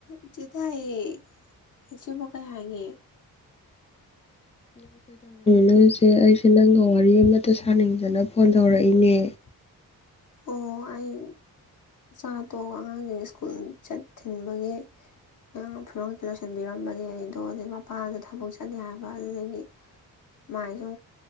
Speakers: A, on the left; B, on the left.
A: ꯏꯆꯦ ꯇꯥꯏꯌꯦ ꯏꯆꯦꯕꯨ ꯀꯩ ꯍꯥꯏꯒꯦ꯫
B: ꯅꯣꯏꯁꯦ ꯑꯩꯁꯦ ꯅꯪꯒ ꯋꯥꯔꯤ ꯑꯃꯇ ꯁꯥꯅꯤꯡꯗꯅ ꯐꯣꯟ ꯇꯧꯔꯛꯏꯅꯦ꯫
A: ꯑꯣ ꯑꯩ ꯏꯆꯥꯗꯣ ꯑꯉꯥꯡꯒꯤ ꯁ꯭ꯀꯨꯜ ꯆꯠ ꯊꯤꯟꯕꯒꯤ ꯑꯥꯡ ꯐꯤꯕꯝꯗ ꯂꯣꯏꯁꯤꯟꯕꯤꯔꯝꯕꯅꯦ ꯑꯩꯗꯣ ꯑꯗꯩ ꯃꯄꯥꯗ ꯊꯕꯛ ꯆꯠꯅꯤ ꯍꯥꯏꯕ ꯑꯗꯨꯗꯒꯤ ꯃꯥꯏꯁꯨ